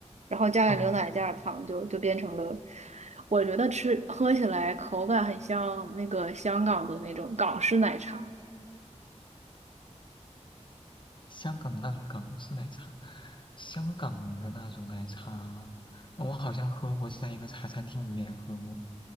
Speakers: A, on the right; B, on the left.
A: 然后加点牛奶，
B: 嗯。
A: 加点糖就，就变成了。我觉得吃喝起来口感很像那个香港的那种港式奶茶。
B: 香港的那种港式奶茶，香港的那种奶茶，我好像喝过，在一个茶餐厅里面喝过。